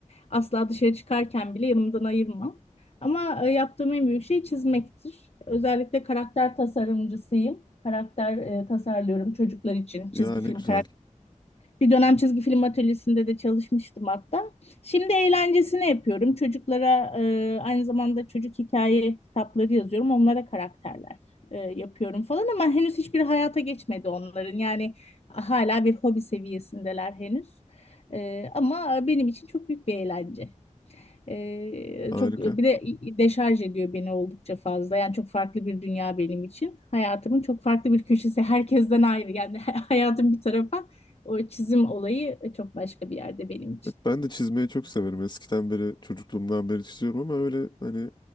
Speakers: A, on the left; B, on the left.
A: Asla dışarı çıkarken bile yanımdan ayırmam. Ama e, yaptığım en büyük şey çizmektir. Özellikle karakter tasarımcısıyım. Karakter e, tasarlıyorum çocuklar için.
B: Ya
A: Çizgi film
B: ne güzel.
A: Bir dönem çizgi film atölyesinde de çalışmıştım hatta. Şimdi eğlencesini yapıyorum. Çocuklara e, aynı zamanda çocuk hikaye kitapları yazıyorum. Onlara karakterler e, yapıyorum falan ama henüz hiçbir hayata geçmedi onların. Yani hala bir hobi seviyesindeler henüz. E, ama benim için çok büyük bir eğlence. Ee,
B: Harika.
A: çok bir de deşarj ediyor beni oldukça fazla. Yani çok farklı bir dünya benim için. Hayatımın çok farklı bir köşesi. Herkesten ayrı. Yani <laughs> hayatım bir tarafa. O çizim olayı e, çok başka bir yerde benim için.
B: Evet, ben de çizmeyi çok severim. Eskiden beri, çocukluğumdan beri çiziyorum ama öyle hani